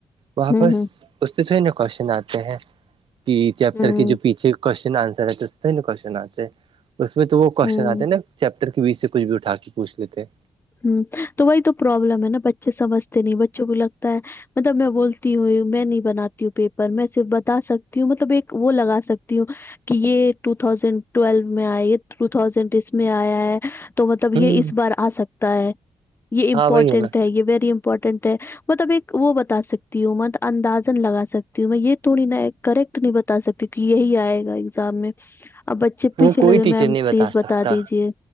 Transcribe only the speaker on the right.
وہاپس
اس سے تھوی نا کوشچن آتے ہیں کہ چیپٹر
کے جو پیچھے کوشچن آنسر ہے تو کوشچن آتے اس میں تو وہ کوشچن
آتے ن چیپٹر کے بیچ سے کچھ بھی اٹھا کے پوچھ لیتے ہیں
ہوں
ہاں وہی نا
وہ
کوئی
ٹیچر
نہیں
سکتا